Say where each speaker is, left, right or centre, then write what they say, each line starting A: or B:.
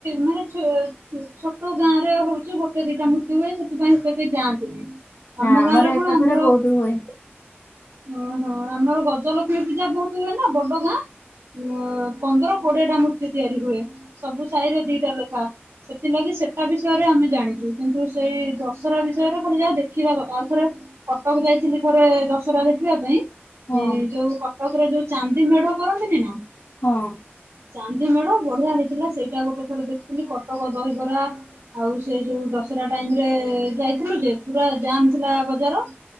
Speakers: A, on the right; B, on the left.
A: ମାନେ <unintelligible> ଛୋଟ ଗାଁ ରେ ହଉଛି ଗୋଟେ ଦିଟା ମୂୃତ୍ତି ହୁଏ ସେଥିପାଇଁ ସେ କେହି ଯାଆନ୍ତିନି
B: ନା
A: ଆମ
B: ଆମର
A: ଗାଁରେ
B: ଏକାଥରେ
A: କଣ ଆମର
B: ବହୁତ ହୁଏ
A: ଓହୋ ଆମର ଗଜଲ ଲକ୍ଷ୍ମୀ ପୂଜା ଯୋଉଠି ହୁଏ ନା ବଡ଼ ଗାଁ। ମୋ ପନ୍ଦର କୋଡିଏ ଟା ମୂର୍ତ୍ତି ତିଆରି ହୁଏ। ସବୁ ସାହିରେ ଦିଇଟା ଲେଖା ସେ ସେଥିଲାଗି ସେଟା ବିଷୟରେ ଆମେ ଜାଣିଛୁ। କିନ୍ତୁ ସେଇ ଦଶହରା ବିଷୟରେ ପୁଣି ଯାହା ଦେଖିବା କଥା ଆଉ ଥରେ କଟକ ଯାଇଥିଲି ଥରେ ଦଶ ସରା ଦେଖିବା ପାଇଁ
B: ହଁ
A: ଏ ଯୋଉ କଟକରେ ଯୋଉ ଚାନ୍ଦି ମେଢ କରନ୍ତିନି ନା
B: ହଁ।
A: ଚା ସିଙ୍ଗଡ଼ା ବଢିଆ ହେଇଥିଲା ସେଇଟା ଗୋଟେ ଥର ଦେଖିଥିଲି କଟକ ଦହିବରା ଆଉ ସେ ଯୋଉ ଦଶହରା ଟାଇମ ରେ ଯାଇଥିଲୁ ଯେ ପୁରା ଜାମ ଥିଲା ବଜାର।